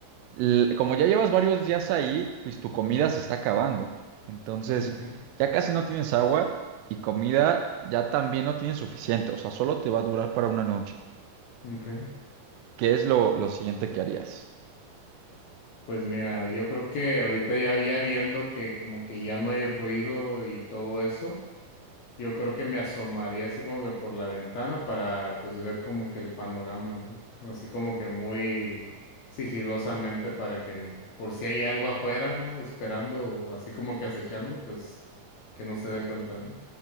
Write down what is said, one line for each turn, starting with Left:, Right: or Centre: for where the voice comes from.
Right: l- como ya llevas varios días ahí, pues tu comida
Left: ujú,
Right: se está acabando. Entonces,
Left: ujú,
Right: ya casi no tienes agua y comida ya también no tienes suficiente. O sea, solo te va a durar para una noche.
Left: ujú. Ok.
Right: ¿Qué es lo, lo siguiente que harías?
Left: Pues mira, yo creo que ahorita ya, ya viendo que como que ya no hay ruido y todo eso. Yo creo que me asomaría así como que por la ventana para pues ver como que el panorama, ¿no? Así como que muy sigilosamente para que por si hay algo afuera, ¿no? Esperando o así como que acechando, pues que no se dé cuenta, ¿no?